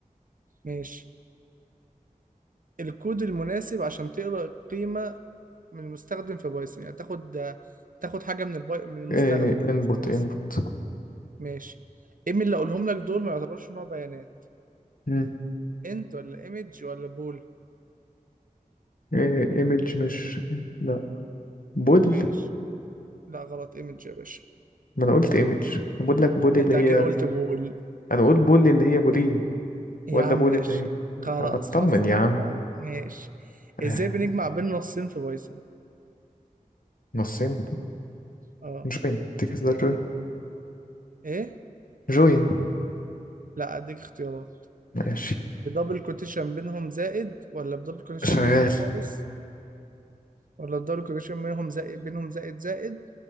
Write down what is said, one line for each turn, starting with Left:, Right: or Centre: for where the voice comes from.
Right: ماشي الكود المناسب عشان تقرأ القيمة من المستخدم في بايثون يعني تاخد تاخد حاجة من البي... من المستخدم
Left: إيه انبوت
Right: في بايثون
Left: انبوت
Right: ماشي ايه من اللي اقولهم لك دول ما يعتبرش نوع بيانات
Left: مم.
Right: انت ولا ايمج ولا بول
Left: إيه ايمج مش لا بول
Right: ماشي لا غلط ايمج يا باشا
Left: ما انا قلت ايمج انا بقول لك بول اللي
Right: انت
Left: هي
Right: كده قلت بول
Left: انا اقول بول اللي هي بولين
Right: يا
Left: ولا
Right: عم
Left: بول
Right: ماشي
Left: اللي هي
Right: خلاص
Left: أه، بطمن
Right: خلاص خلاص،
Left: يا عم
Right: ماشي
Left: آه،
Right: ازاي بنجمع بين نصين في بايثون
Left: نصين
Right: اه
Left: جوين تكس ده جوين
Right: ايه
Left: جوين
Right: لا اديك اختيارات
Left: ماشي
Right: بدبل كوتيشن بينهم زائد ولا بدبل كوتيشن
Left: شغال
Right: بينهم ناقص ولا بدبل كوتيشن بينهم زائد بينهم زائد زائد